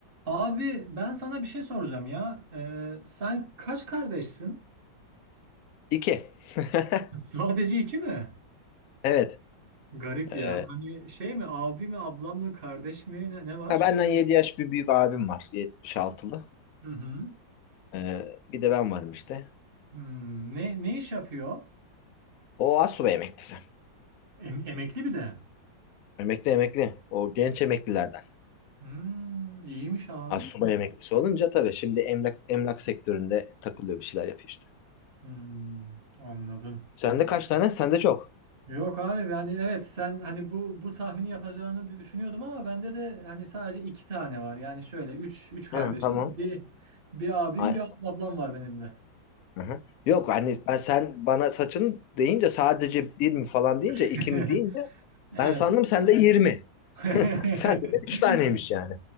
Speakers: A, on the right (about 35°); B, on the left (about 80°).
A: Abi ben sana bir şey soracağım ya. Ee, sen kaç kardeşsin?
B: İki. <laughs>
A: <laughs> Sadece iki mi?
B: Evet.
A: Garip
B: Ee,
A: ya. Hani şey mi abi mi ablam mı kardeş mi ne, ne var?
B: ha, benden 7 yaş bir büyük abim var. 76'lı.
A: Hı hı.
B: Ee, bir de ben varım işte.
A: Hmm, ne ne iş yapıyor?
B: O assubay emeklisi.
A: Em- emekli bir de.
B: Emekli emekli. O genç emeklilerden.
A: Hmm, iyiymiş abi.
B: Assubay emeklisi olunca tabii şimdi emlak emlak sektöründe takılıyor bir şeyler yapıyor işte.
A: Hmm, anladım.
B: Sende kaç tane? Sende çok.
A: Yok abi yani evet sen hani bu bu tahmini yapacağını dü- düşünüyordum ama bende de hani sadece iki tane var. Yani şöyle üç üç kardeşiz.
B: Ha, tamam.
A: Bir bir abim
B: Ay,
A: bir ablam var benim de.
B: aha. Yok hani ben sen bana saçın deyince sadece bir mi falan deyince
A: <laughs>
B: iki mi deyince
A: Evet.
B: ben sandım sende 20.
A: <laughs>
B: <laughs> Sende de üç taneymiş yani.